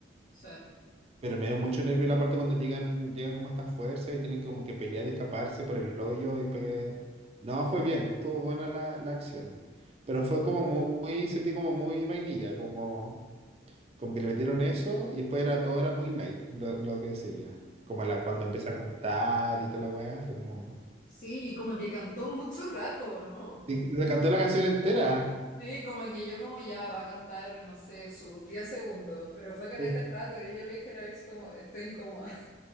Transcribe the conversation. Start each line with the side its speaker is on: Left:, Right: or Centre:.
Left: sí.
Right: Pero me dio mucho nervio la parte cuando llegan, llegan como estas fuerzas y tienen como que pelear y escaparse por el hoyo y pe- No, fue bien, estuvo buena la, la acción. Pero fue como muy, muy- sentí como muy vainilla, como, como que le metieron eso y después era todo era muy light lo, lo que seguía. Como la, cuando empecé a cantar y toda la weá, fue como...
Left: Sí, y como que cantó mucho rato, ¿no?
Right: Y se cantó la canción entera.
Left: Sí, como que yo como ya va a cantar, no sé, sus 10 segundos, pero fue caleta
Right: Sí.
Left: de rato y yo le dije a la Alex como, estoy incómoda.